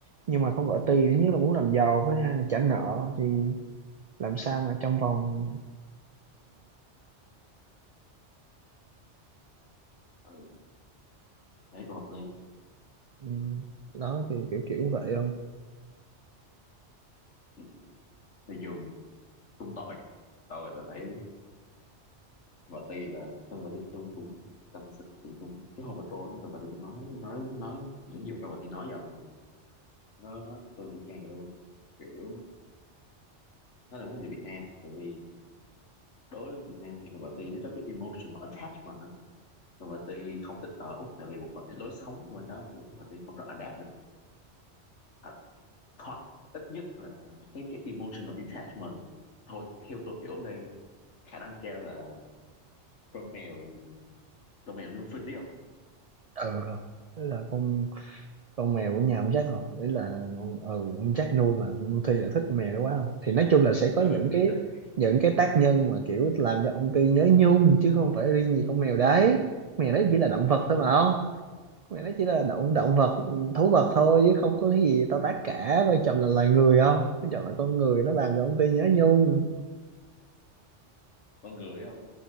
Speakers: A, on the right; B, on the left.
A: nhưng mà con vợ tì thứ nhất là muốn làm giàu với thứ hai là trả nợ thì làm sao mà trong vòng
B: Ừ. thấy cũng hợp lý
A: ừ, đó thì kiểu kiểu vậy không
B: Ừ. người dùng cũng tội tôi tôi thấy và tuy là tôi và tuy chúng cũng tâm sự cũng cũng cái hôm mà trốn rồi mà tôi cũng nói nói nói nói nhiều rồi mà tôi nói với ông là nó nó tôi y chang vậy luôn kiểu nó là muốn về Việt Nam tại vì đối với Việt Nam thì con vợ Ti nó rất cái emotional attachment đó. con vợ Ti không thích ở Úc tại vì một phần cái lối sống của anh đó kiểu con vợ Ti không rất adapt được hoặc hoặc ít nhất là cái cái emotional attachment thôi theo tôi hiểu ở đây khả năng cao là con mèo con mèo lương phinh đấy không
A: ừ thế là con con mèo của nhà ông Jack không ý là ông- ừ ông Jack nuôi mà ông Ty lại thích con mèo đó quá không thì nói chung là sẽ có
B: <laughs>
A: những cái
B: ừ,
A: những cái tác nhân mà kiểu làm cho ông Ty nhớ nhung chứ không phải riêng gì con mèo đấy con mèo đấy chỉ là động vật
B: đúng
A: thôi mà không con mèo đấy chỉ là động động vật thú vật thôi chứ không có cái gì to tát cả vai chồng là loài người không vai chồng là con người nó làm cho ông Ty nhớ nhung
B: con người đấy không